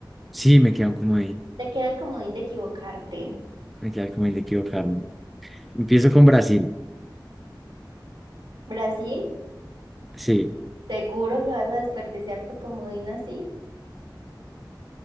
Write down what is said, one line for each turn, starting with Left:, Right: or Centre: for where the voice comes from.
Centre: Sí, me queda un comodín.
Right: Te queda el comodín de equivocarte.
Centre: Me queda el comodín de equivocarme. Empiezo con Brasil.
Right: Brasil,
Centre: Sí.
Right: seguro que vas a desperdiciar tu comodín así.